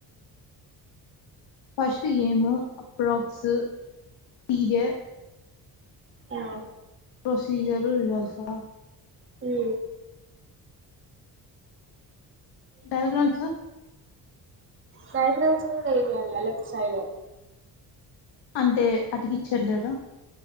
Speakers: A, on the left; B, on the right.
A: ఫస్ట్ ఏమో అప్రాక్స్ పీరియ
B: యా
A: ప్రొసిజరు రిజల్ట్సా
B: హ్
A: డయాగ్రామ్సా
B: డైయాగ్రామ్స్ గుడా ఎయ్యాల్నా లేక్ సైడ్
A: అంటే అతికిచ్చట్లేరా